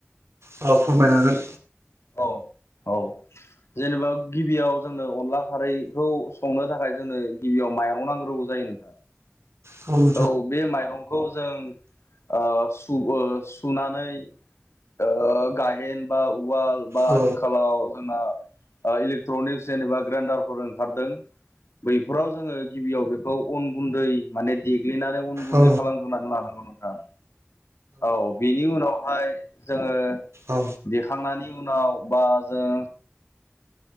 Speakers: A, on the right; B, on the left.
A: बाव फोरमायनांगोन
B: औ, औ जेनेबा गिबियाव जोंनो अनला खारैखौ संनो थाखाय जोंनो गिबियाव मायरं नांगोरगौ जायो
A: हागोन
B: औ बे मायरंखौ बेखौ जों ओ सुनानै ओ गायेन बा उवाल बा
A: औ नोंथां औ
B: आथिखालाव जोंना इलेक्ट्रनिक्स जेनेबा ग्रेन्डारफोर ओंखारदों बैफोराव जोंङो गिबियाव बेखौ अन गुन्दै माने देग्लिनानै उन गुन्दै
A: औ
B: खालामग्रोनानै लानांगौ औ नोंथां औ बिनि उनाव बेहाय जोंङो
A: औ
B: देखांनायनि उनाव बा जों